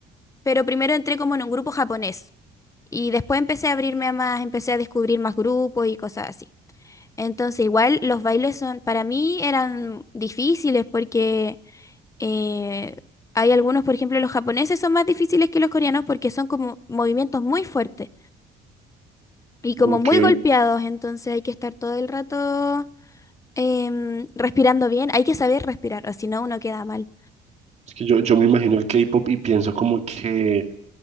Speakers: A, on the left (about 20°); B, on the right (about 40°).
A: pero primero entré como en un grupo japonés y después empecé a abrirme a más, empecé a descubrir más grupos y cosas así. Entonces igual los bailes son, para mí eran difíciles porque... Eh, hay algunos, por ejemplo, los japoneses son más difíciles que los coreanos porque son como movimientos muy fuertes y como
B: ok.
A: muy golpeados, entonces hay que estar todo el rato em, respirando bien, hay que saber respirar, o si no uno queda mal.
B: Es que yo, yo me imagino el K-pop y pienso como que